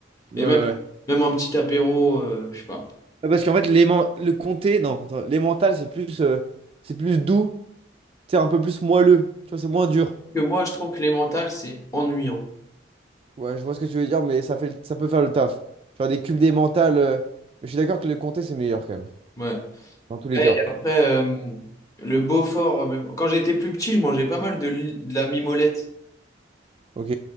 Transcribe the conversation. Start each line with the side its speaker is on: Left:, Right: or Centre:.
Right: Ouais,
Left: Et
Right: ouais.
Left: même,
Right: ouais.
Left: même un petit apéro, euh, je sais pas.
Right: Ah, Parce qu'en fait, les men- le comté, non, attends, les mentales, c'est plus, euh, c'est plus doux, c'est un peu plus moelleux, tu vois, c'est moins dur.
Left: Que moi, je trouve que les mentales, c'est ennuyant.
Right: Ouais, je vois ce que tu veux dire, mais ça fait, le- ça peut faire le taf. Genre des cubes des mentales, euh, mais je suis d'accord que le comté, c'est meilleur quand même,
Left: Ouais.
Right: dans tous les
Left: Ouais,
Right: cas.
Left: et après, euh, le Beaufort, euh, quand j'étais plus petit, je mangeais pas mal de, li- de la mimolette.
Right: Ok.